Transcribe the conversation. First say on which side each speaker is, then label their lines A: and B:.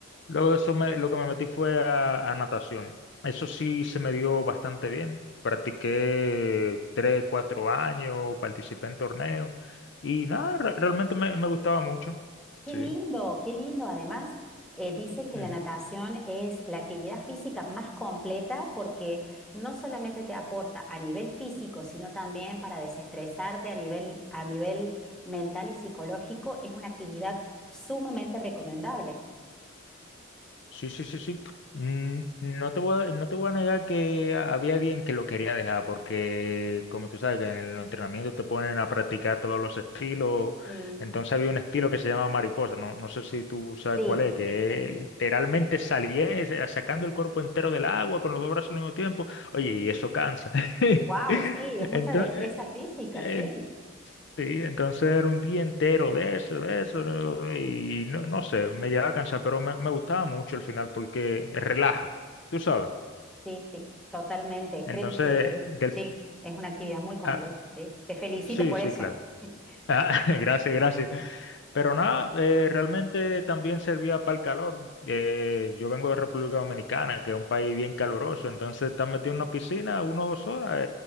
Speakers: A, on the left (about 55°); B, in the centre.
A: luego de eso me- lo que me metí fue a, a natación. Eso sí se me dio bastante bien. Practiqué tres, cuatro años, participé en torneos. Y nada, re- realmente me, me gustaba mucho.
B: Qué
A: Sí.
B: lindo, qué lindo. Además, eh, dicen que
A: ujú.
B: la natación es la actividad física más completa porque no solamente te aporta a nivel físico, sino también para desestresarte a nivel, a nivel mental y psicológico. Es una actividad sumamente recomendable.
A: Sí, sí, sí, sí. Mm, no te voy a, no te voy a negar que había bien que lo quería dejar, porque como tú sabes que en el entrenamiento te ponen a practicar todos los estilos,
B: Mm.
A: entonces había un estilo que se llama mariposa, no, no sé si tú sabes
B: Sí,
A: cuál es, que
B: sí, sí, sí.
A: es literalmente salir eh, sacando el cuerpo entero del agua con los dos brazos al mismo tiempo. Oye, y eso cansa. <laughs>
B: Wow, sí,
A: Entonces,
B: es mucha destreza física,
A: eh,
B: sí,
A: Sí, entonces era un día entero de eso, de eso, ¿no? y no, no sé, me llegaba a cansar, pero me, me gustaba mucho el final porque relaja, tú sabes.
B: sí, sí, totalmente.
A: Entonces,
B: Creo que
A: del,
B: sí, es una actividad muy completa,
A: ah,
B: sí. Te felicito
A: sí,
B: por
A: sí,
B: eso.
A: claro.
B: <laughs>
A: Ah, <laughs> gracias, gracias. Pero nada, eh, realmente también servía para el calor. Eh, yo vengo de República Dominicana, que es un país bien caluroso, entonces estar metido en una piscina una o dos horas eh,